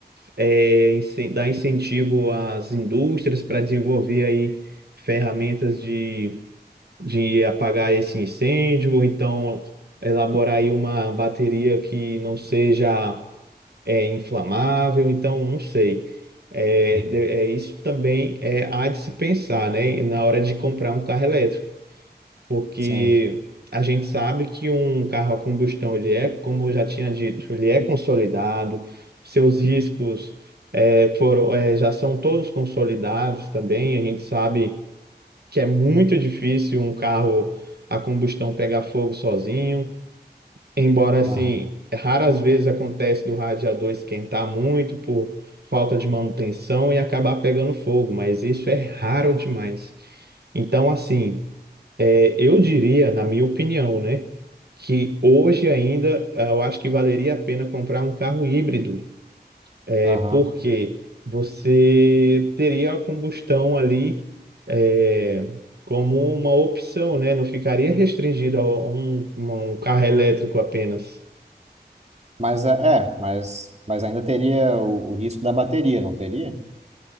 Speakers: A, on the right (about 65°); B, on the right (about 40°).
A: é, incen- dar incentivo às indústrias para desenvolver aí ferramentas de, de apagar esse incêndio, ou então elaborar aí uma bateria que não seja é, inflamável, então não sei. É,
B: Uhum.
A: de- é, isso também é, há de se pensar, né, na hora de comprar um carro elétrico porque
B: Sim.
A: a gente sabe que um carro a combustão, ele é, como eu já tinha dito, ele é consolidado, seus riscos eh, foram, eh, já são todos consolidados também, a gente sabe que é muito difícil um carro a combustão pegar fogo sozinho, embora assim,
B: Aham.
A: raras vezes acontece do radiador esquentar muito por falta de manutenção e acabar pegando fogo, mas isso é raro demais. Então, assim, é, Eu diria, na minha opinião, né, que hoje ainda eh, eu acho que valeria a pena comprar um carro híbrido, é
B: Aham.
A: porque você teria a combustão ali eh, como uma opção, né? Não ficaria restringido a um, um carro elétrico apenas.
B: Mas é, é, mas, mas ainda teria o, o risco da bateria, não teria?